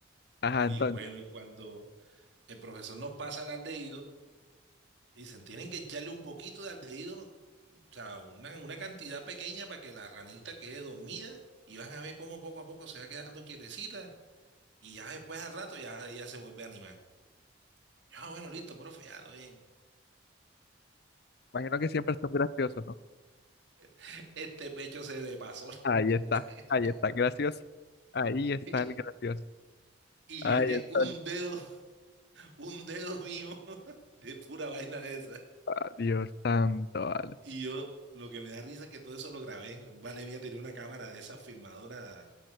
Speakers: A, on the left (about 55°); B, on the right (about 70°).
A: Ajá,
B: <laughs> Y
A: entonces.
B: bueno, y cuando el profesor nos pasa el aldehído, Dicen, tienen que echarle un poquito de aldehído, ¿no? o sea, una, una cantidad pequeña para que la ranita quede dormida y van a ver cómo poco a poco se va quedando quietecita y ya después al rato ya ella se vuelve a animar. Yo, Ah, bueno, listo, profe, ya, todo bien.
A: Imagino que siempre son graciosos,
B: <laughs> Este pecho se le pasó
A: Ahí está,
B: la <laughs> la-
A: ahí está, gracioso. Ahí está
B: y,
A: el gracioso.
B: y
A: Ahí
B: llené
A: está
B: un
A: el...
B: dedo, un dedo mío <laughs> de pura vaina de esa.
A: Ah, Dios santo, vale.
B: Y yo, lo que me da risa es que todo eso lo grabé. Un Vale mía tenía una cámara de esa filmadora